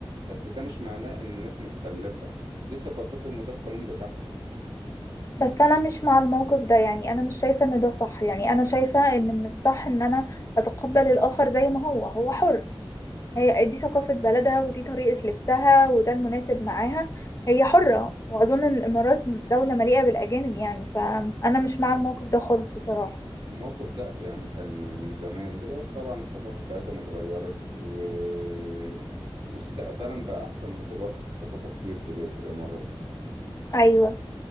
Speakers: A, on the right; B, on the left.
A: بس ده مش معناه إن الناس متخلفة دي ثقافتهم وده القانون بتاعهم
B: بس انا مش مع الموقف ده يعني انا مش شايفة ان ده صح يعني انا شايفة ان من الصح ان انا اتقبل الاخر زي ما هو هو حر هي دي ثقافة بلدها ودي طريقة لبسها وده المناسب معاها هي حرة واظن إن الامارات دولة مليئة بالاجانب يعني فانا مش مع الموقف ده خالص بصراحة
A: الموقف ده يعني كان من زمان دلوقتي طبعا الثقافة بتاعتهم اتغيرت ومستقبلا بقى أحسن دلوقتي في الثقافة كتير في في الإمارات
B: ايوه